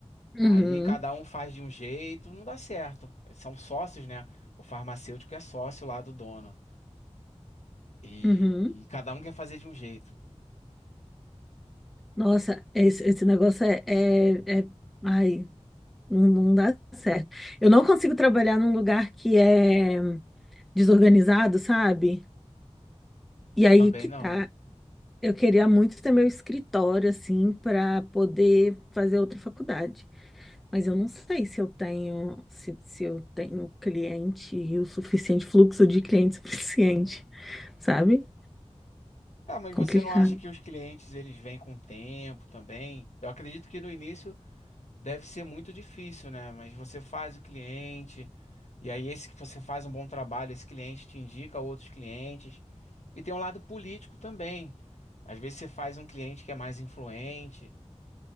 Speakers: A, in the centre; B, on the left.
A: uhum,
B: Aí cada um faz de um jeito, não dá certo. São sócios, né? O farmacêutico é sócio lá do dono. E,
A: uhum.
B: cada um quer fazer de um jeito.
A: Nossa, esse, esse negócio é, é, é... Ai, Não, não dá certo. Eu não consigo trabalhar num lugar que é desorganizado, sabe? E
B: Eu
A: aí
B: também
A: que
B: não.
A: tá. Eu queria muito ter meu escritório, assim, para poder fazer outra faculdade. Mas eu não sei se eu tenho, se, se eu tenho cliente e o suficiente, fluxo de cliente suficiente, sabe?
B: Ah, mas você
A: Complicado.
B: não acha que os clientes eles vêm com o tempo também? Eu acredito que no início Deve ser muito difícil, né? Mas você faz o cliente, e aí esse que você faz um bom trabalho, esse cliente te indica outros clientes. E tem um lado político também. Às vezes você faz um cliente que é mais influente,